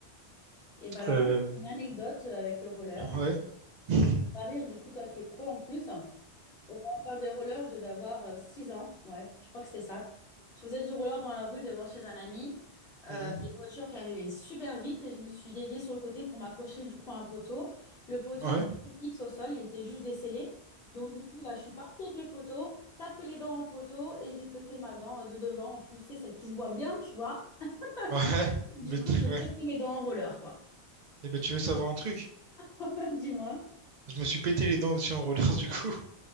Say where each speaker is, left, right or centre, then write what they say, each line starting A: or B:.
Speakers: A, on the left; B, on the right.
A: Et ben alors,
B: Euh,
A: moi, j'ai une anecdote euh, avec le roller.
B: ouais. <laughs>
A: va rire, du coup, toi qui es pro en plus. Au moment de faire des rollers, je devais avoir euh, 6 ans. Ouais, je crois que c'est ça. Je faisais du roller dans la rue devant chez un ami. Euh,
B: Mhm.
A: il y a une voiture qui arrivait super vite et je me suis déviée sur le côté pour m'accrocher du coup à un poteau. Le poteau
B: Ouais.
A: était fixe au sol, il était juste décellé. Donc du coup, bah, je suis partie avec le poteau, tapé les dents dans le poteau et j'ai pété ma dent euh, de devant en plus, c'est celle qui se voit bien, tu vois. <laughs>
B: Ouais. <laughs>
A: Du
B: Mais,
A: coup,
B: tu-
A: j'ai
B: ouais.
A: pété les dents en roller, quoi.
B: Et ben, tu veux savoir un truc?
A: <laughs> Dis-moi.
B: Je me suis pété les dents aussi en roller, <laughs> du coup.